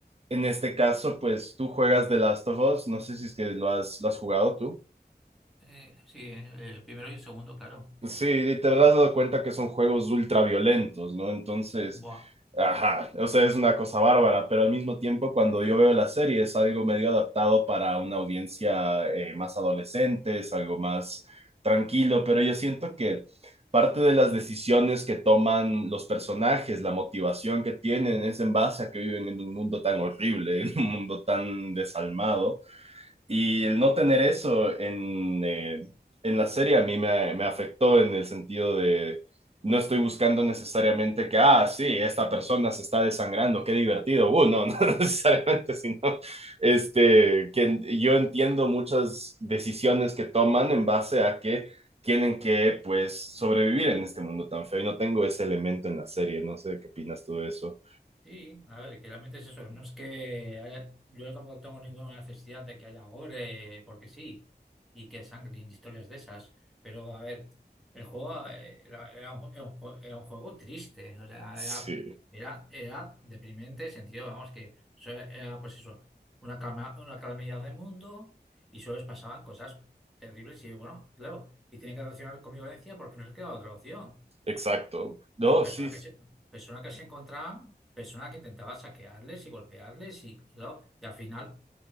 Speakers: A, on the right; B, in the centre.
A: En este caso, pues tú juegas The Last of Us, no sé si es que lo has, lo has jugado tú.
B: Eh, sí, eh, el primero y el segundo, claro.
A: Sí, y te habrás dado cuenta que son juegos ultraviolentos, ¿no? Entonces,
B: Buah.
A: ajá, o sea, es una cosa bárbara, pero al mismo tiempo cuando yo veo la serie es algo medio adaptado para una audiencia eh, más adolescente, es algo más tranquilo, pero yo siento que parte de las decisiones que toman los personajes, la motivación que tienen, es en base a que viven en un mundo tan horrible, <laughs> en un mundo tan desalmado Y el no tener eso en, eh, en la serie a mí me, me afectó en el sentido de no estoy buscando necesariamente que, ah, sí, esta persona se está desangrando, qué divertido. Uh, no, <laughs> no necesariamente, sino este, que yo entiendo muchas decisiones que toman en base a que tienen que, pues, sobrevivir en este mundo tan feo y no tengo ese elemento en la serie. No sé qué opinas tú de eso.
B: Sí, a ver, que realmente es eso. No es que haya- yo tampoco tengo ninguna necesidad de que haya gore, porque sí, y que sangre y historias de esas. Pero a ver, el juego eh, era, era un, era un jue- era un juego triste. O sea,
A: Sí,
B: era, era, era deprimente, en sentido, vamos, que so- era pues eso, una calma, una calamidad de mundo y solo les pasaban cosas terribles. Y bueno, claro, y tenía que relacionar con violencia porque no se quedaba otra opción.
A: exacto. No,
B: Personas
A: sí,
B: que se, personas que se encontraban, personas que intentaban saquearles y golpearles y, claro, y al final